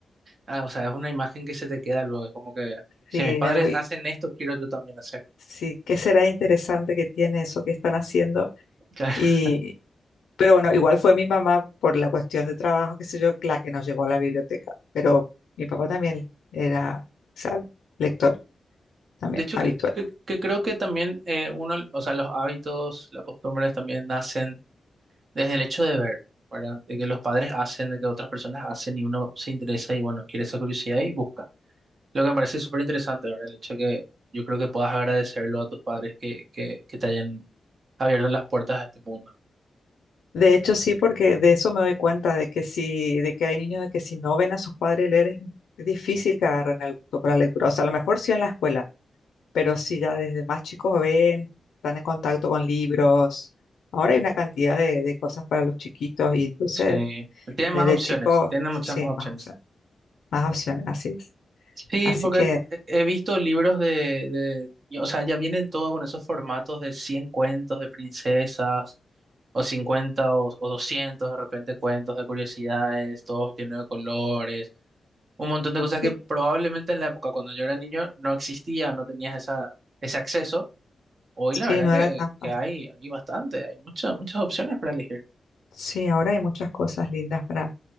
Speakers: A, on the right; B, on the left.
A: Ah, o sea, es una imagen que se te queda luego, es como que si
B: Sí,
A: mis padres
B: algo y-
A: hacen esto, quiero yo también hacer.
B: sí, ¿qué será interesante que tiene eso que están haciendo?
A: Claro.
B: Y, pero bueno, igual fue mi mamá por la cuestión de trabajo, qué sé yo, la que nos llevó a la biblioteca. Pero mi papá también era, o sea, lector también
A: De hecho,
B: habitual.
A: que, que, que creo que también eh, uno, o sea, los hábitos, las costumbres también nacen desde el hecho de ver, ¿verdad? De que los padres hacen, de que otras personas hacen y uno se interesa y bueno, quiere esa curiosidad y busca. Lo que me parece súper interesante, ¿verdad? El hecho que yo creo que puedas agradecerlo a tus padres que, que, que te hayan abierto las puertas a este mundo.
B: De hecho, sí, porque de eso me doy cuenta, de que si, de que hay niños de que si no ven a sus padres leer, es es difícil que agarren el gusto por la lectura. O sea, a lo mejor sí en la escuela, pero si ya desde más chicos ven, están en contacto con libros. Ahora hay una cantidad de, de cosas para los chiquitos y entonces
A: Sí, tienen
B: desde
A: más opciones,
B: chicos,
A: tienen
B: sí,
A: muchas más opciones.
B: más opciones, más opciones, así es.
A: Sí,
B: Así
A: porque
B: que
A: he he visto libros de, de, o sea, ya vienen todo con esos formatos de 100 cuentos de princesas, o 50 o, o 200 de repente cuentos de curiosidades, todos llenos de colores, un montón de cosas
B: sí,
A: que probablemente en la época cuando yo era niño no existía o no tenías esa, ese acceso. Hoy la
B: sí,
A: verdad
B: no
A: que,
B: era tan
A: que
B: fácil.
A: hay, hay bastante, hay muchas, muchas opciones para elegir.
B: Sí, ahora hay muchas cosas lindas para,